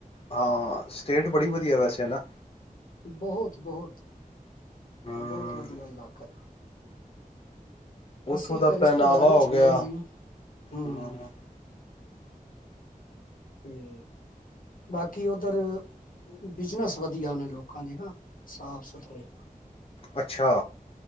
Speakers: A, on the left (about 40°); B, on the left (about 65°).
A: ਹਾਂ ਸਟੇਟ ਬੜੀ ਵਧੀਆ ਵੈਸੇ ਨਾ
B: ਬਹੁਤ ਬਹੁਤ
A: ਹੂੰ
B: ਬਹੁਤ ਵਧੀਆ ਇਲਾਕਾ
A: ਉੱਥੋਂ
B: ਅਸੀਂ
A: ਦਾ
B: ਤਾਂ ਰਿਸ਼ਤੇਦਾਰੀ
A: ਪਹਿਨਾਵਾ ਹੋ
B: ਚ
A: ਗਿਆ
B: ਗਏ ਸੀ ਹਮ
A: ਹੂੰ,
B: ਤੇ ਬਾਕੀ ਉੱਧਰ ਬਿਜਨਸ ਵਧੀਆ ਉਹਨੇ ਲੋਕਾਂ ਦੇ ਨਾ ਸਾਫ ਸੁਥਰੇ
A: ਅੱਛਾ